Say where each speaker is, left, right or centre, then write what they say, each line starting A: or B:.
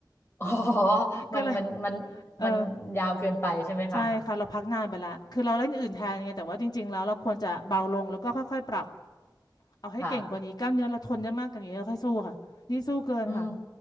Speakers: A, on the left; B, on the left.
A: อ๋อ
B: ก็เลย
A: มันมันมัน
B: เออ
A: มันยาวเกินไปใช่ไหมคะ
B: ใช่ค่ะเราพักนานไปละคือเราเล่นอื่นแทนไงแต่ว่าจริงๆแล้วเราควรจะเบาลงแล้วก็ค่อยๆปรับเอาให้เก่งกว่านี้กล้ามเนื้อเราทนได้มากกว่านี้เราค่อยสู้ค่ะนี่สู้เกินค่ะ
A: ค่ะอืม